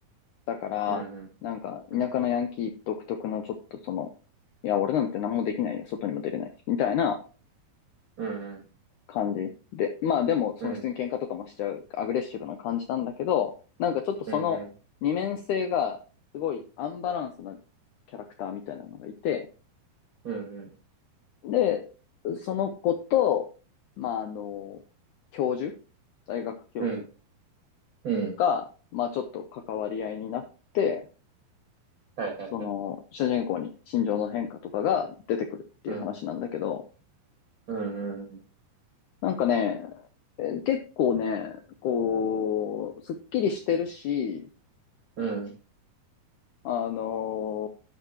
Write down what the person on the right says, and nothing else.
うん、うん、
うん、
うん、
うん、
うん、うん、
うん、
うん、
うん、うん、
はいはいはい。
うん、うん、うん、
うん、